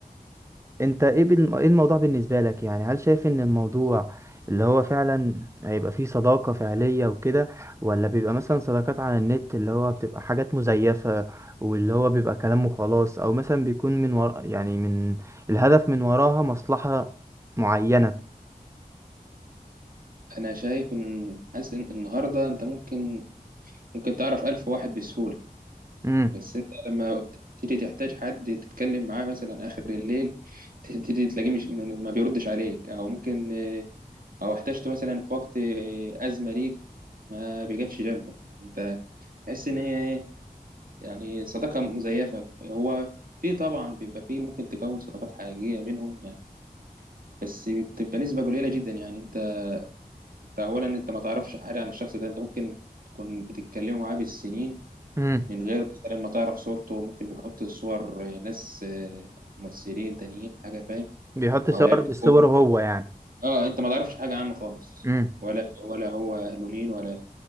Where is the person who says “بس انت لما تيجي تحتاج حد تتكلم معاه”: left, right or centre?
Right